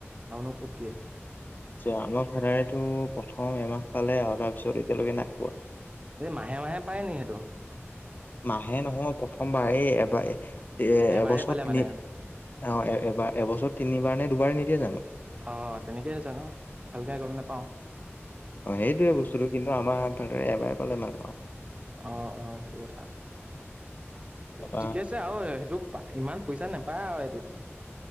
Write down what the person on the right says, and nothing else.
আৰু নো কত দিয়ে।
এই মাহে মাহে পায় নি সেইটো?
এবাৰেই
পালে
মানে
অঁ তেনেকয়ে জানো ভালকে গম নাপাওঁ।
অ অ সেইটো কথা
ঠিকে আছে আৰু সেইটোক ইমান পইচা নেপায় আৰু এইটোত